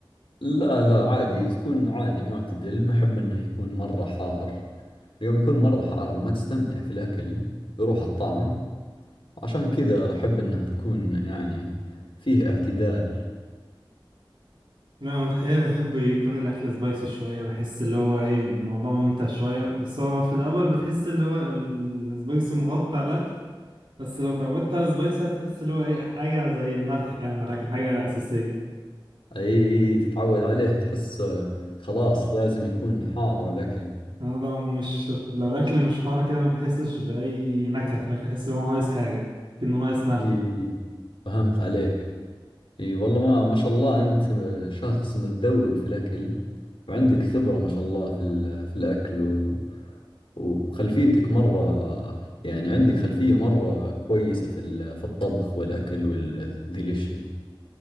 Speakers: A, on the left; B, on the right.
A: لا لا عادي تكون عادي معتدل ما أحب إنه يكون مرة حار اليوم يكون مرة حار ما تستمتع في الأكل يروح الطعم عشان كذا أحب إنها تكون يعني فيه اعتدال
B: لا أنا الحقيقة بحب يكون الأكل سبايسي شوية بحس اللي هو إيه الموضوع ممتع شوية بس هو في الأول بتحس اللي هو السبايسي مغطى على الأكل بس لو اتعودت على السبايسي هتحس اللي هو إيه حاجة زي الملح كده مع الأكل حاجة أساسية
A: أي تتعود عليه تحس خلاص لازم يكون حار الأكل
B: أنا لو مش لو الأكل مش حار كده ما بحسش بأي نكهة في الأكل بحس إن هو ناقص حاجة كأنه ناقص ملح
A: أي
B: كده
A: أي، فهمت عليك أي والله ما ما شاء الله أنت شخص متذوق في الأكل وعندك خبرة ما شاء الله في ال- في الأكل و وخلفيتك مرة يعني عندك خلفية مرة كويسة في ال- في الطبخ والأكل وال- ذي الأشياء